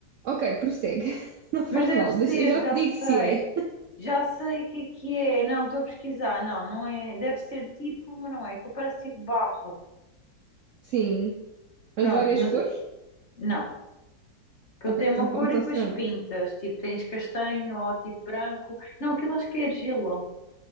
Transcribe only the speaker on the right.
ok, prossegue. <laughs> Não faz
mal.
Deixa- Eu já
te digo
se é.
Sim.
Mas de várias
cores?
Ok,
então,
então
se calhar.
não é.